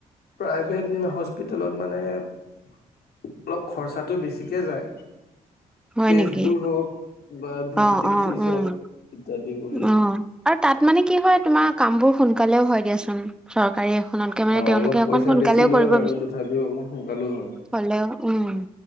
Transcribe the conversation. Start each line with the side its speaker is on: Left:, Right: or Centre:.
Left: প্ৰাইভেট হস্পিটেলত মানে অলপ খৰচাটো বেছিকে যায়,
Centre: হয়
Left: তেষ্টবোৰ
Centre: নেকি
Left: হওঁক বা ভিজিটিং
Centre: অ অ
Left: ফিজ
Centre: উম
Left: হওঁক ইত্যাদি কৰি।
Centre: অ', আৰু তাত মানে কি হয় তোমাৰ কামবোৰ সোনকালেও হয় দিয়াচোন চ কাৰী এখনতকে মানে
Left: অ
Centre: তেওঁলোকে
Left: অলপ পইচা
Centre: এখন সোনকালেও
Left: বেছি লয়
Centre: কৰিব
Left: বাৰু
Centre: বিচোন।
Left: তথাপিও অকণ সোনকালো হয়
Centre: হ'লেও উম,